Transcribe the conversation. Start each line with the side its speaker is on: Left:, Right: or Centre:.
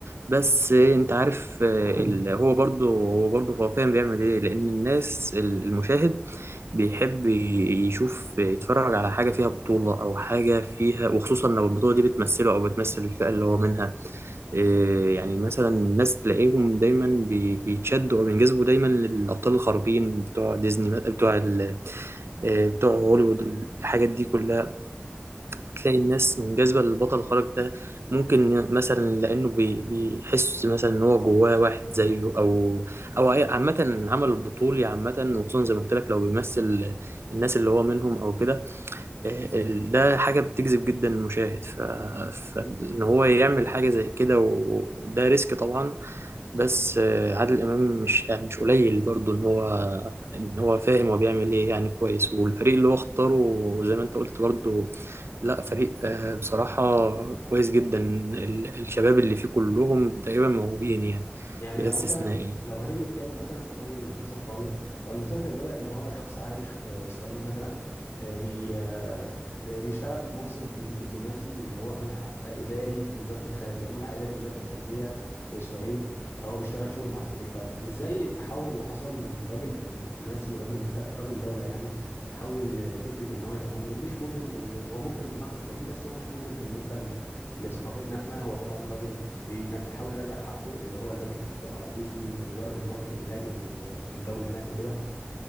Right: بس انت عارف آه، ال... هو برضو هو برضو هو فاهم بيعمل ايه لان الناس ال- المشاهد بيحب ي- يشوف يتفرج على حاجة فيها بطولة أو حاجة فيها وخصوصا لو البطولة دي بتمثله أو بتمثل الفئة اللي هو منها إيه، يعني مثلا الناس تلاقيهم دايما بي- بيتشدوا أو بينجذبوا دايما للأبطال الخارقين بتوع ديزني بتوع ال- إيه، بتوع هوليوود الحاجات دي كلها تلاقي الناس منجذبة للبطل الخارق ده ممكن مثلا لأنه بي- بيحس مثلا إن هو جواه واحد زيه أو أو أي- عامة العمل البطولي عامة وخصوصا زي ما قلت لك لو بيمثل الناس اللي هو منهم أو كده آه، ال- ده حاجة بتجذب جدا المشاهد ف... فإن هو يعمل حاجة زي كده وده ريسك طبعا بس آه، عادل امام مش آه، مش قليل برضه ان هو ان هو فاهم هو بيعمل ايه يعني كويس والفريق اللي هو اختاره زي ما انت قلت برضه لا فريق آه، بصراحة كويس جدا ال- الشباب اللي فيه كلهم تقريبا موهوبين يعني
Left: يعني
Right: بلا
Left: لو
Right: استثناء
Left: مثلا
Right: يعني
Left: لو هنيجي نتكلم مثلا في اول المسلسل خالص هو المسلسل بدأ ان هو شخص عايش في اسرائيل مثلا آه، بي آه، آه، بيشتغل في منصب دب- دبلوماسي اللي هو ملحق آه، اداري في وزارة الخارجية ملحق اداري في وزارة الخارجية في اسرائيل فهو بيشتغل شغله مع السرير فازاي التحول اللي حصل من راجل بلو- دبلوماسي راجل بتا... راجل دولة يعني اتحول لفكرة ان هو يبقى مجرم مش مجرم بال... هو مجرم بمعنى القانون بس هو مش مجرم بالنسبة ل... لثقافتنا احنا هو طبعا راجل بي كان بيحاول يراجع حقه اللي هو البنك اتحفظ على فلوسه لمجرد ان هو كان بيهاجم ال- الدولة هناك وكده